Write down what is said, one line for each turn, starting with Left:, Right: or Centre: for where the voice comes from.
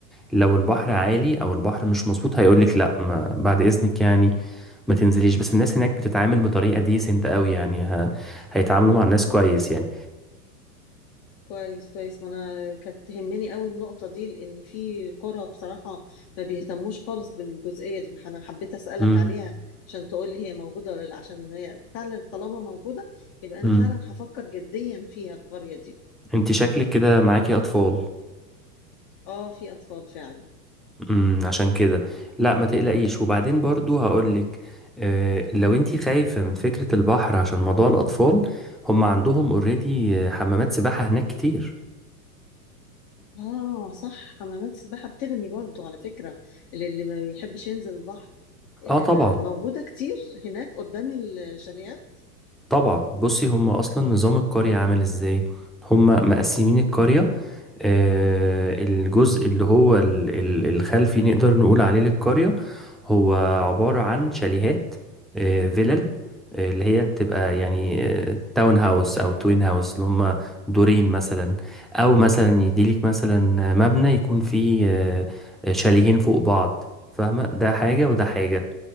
Centre: لو البحر عالي أو البحر مش مظبوط هيقولك لأ ما بعد إذنك يعني ما تنزليش بس الناس هناك بتتعامل بطريقة ديسنت أوي يعني ه... هيتعاملوا مع الناس كويس يعني
Left: كويس كويس ما انا كانت تهمني قوي النقطه دي لان في قرى بصراحه ما بيهتموش خالص بالجزئيه دي فانا حبيت اسالك
Centre: امم
Left: عليها عشان تقول لي هي موجوده ولا لا عشان هي فعلا طالما موجوده يبقى انا
Centre: امم
Left: فعلا هفكر جديا فيها القريه دي
Centre: أنت شكلك كده معاكي أطفال
Left: اه في اطفال فعلا
Centre: امم عشان كده لا ما تقلقيش وبعدين برضو هقولك آه، لو انتي خايفة من فكرة البحر عشان موضوع الأطفال هم عندهم اوريدي حمامات سباحة هناك كتير
Left: اه صح حمامات السباحه بتغني برضو على فكره للي ما بيحبش ينزل البحر آه
Centre: اه طبعا
Left: موجوده كتير هناك قدام الشاليهات
Centre: طبعا بصي هم أصلا نظام القرية عامل ازاي هم مقسمين القرية آه، الجزء اللي هو ال- ال- الخلفي نقدر نقول عليه للقرية هو عبارة عن شاليهات آه، فيلل آه، اللي هي بتبقى يعني آه، تاون هاوس أو توين هاوس اللي هم دورين مثلا أو مثلا يديلك مثلا مبنى يكون فيه آه، شاليهين فوق بعض فاهمة ده حاجة وده حاجة